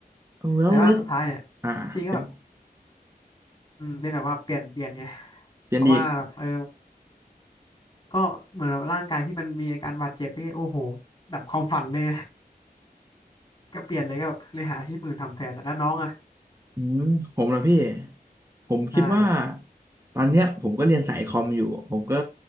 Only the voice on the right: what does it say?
เออแล้วรถ
อ่าเป็น
เปลี่ยนอีก
อืมผมละพี่ผมคิดว่า
ตอนเนี้ยผมก็เรียนสายคอมอยู่ผมก็